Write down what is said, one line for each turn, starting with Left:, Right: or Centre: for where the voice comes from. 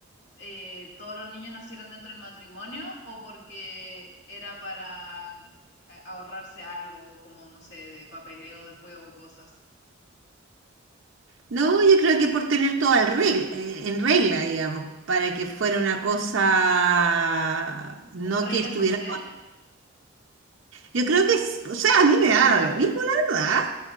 Left: eh, todos los niños nacieran dentro del matrimonio o porque era para eh, ahorrarse algo, como no sé, de papeleo después o cosas.
Right: no, yo creo que por tener todo al reg- eh, en regla, digamos, para que fuera una cosa,
Left: Como
Right: no
Left: regla
Right: que estuviera
Left: social.
Right: Yo creo que, es- o sea, a mí me daba lo mismo, la verdad,